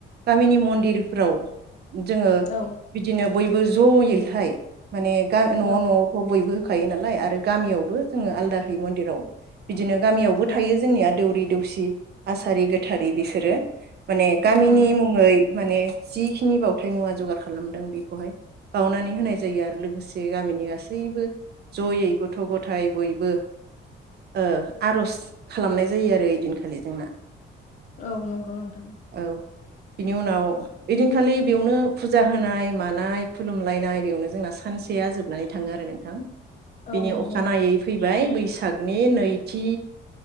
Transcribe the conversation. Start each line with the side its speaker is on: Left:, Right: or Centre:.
Right: गामिनि मन्दिरफ्राव जोङो
Left: औ
Right: बयबो ज'यैहाय माने गा न'-
Left: औ
Right: न'आवखौ बयबो खायो नालाय आरो गामियावबो जोङो आलदा होयो मन्दिराव। बिदिनो गामियावबो
Left: औ
Right: थायो जोंनिया दौरि दौ- सि आसारि गोथारि बिसोरो। माने गामिनि
Left: औ नंगौ
Right: मुङै माने जिखिनि बावथाय मुवा जगार खालामदों बेखौहाय बाउनानै होनाय जायो आरो लोगोसे गामिनि गासैबो जयै गथ' गथाय बयबो ओ आर'ज खालामनाय जायो आरो ओइदिनखालि जोंना।
Left: औ नंगौ नोंथां।
Right: औ बिनि उनाव ओइदिनखालि बेयावनो फुजा होनाय मानाय खुलुमलायनाय बेयावनो जोंना सानसेया जोबनानै थाङो आरो नोंथां।।
Left: औ
Right: बिनि
Left: नंगौ
Right: अखानायै
Left: नोंथां
Right: फैबाय बै बैसागनि नैथि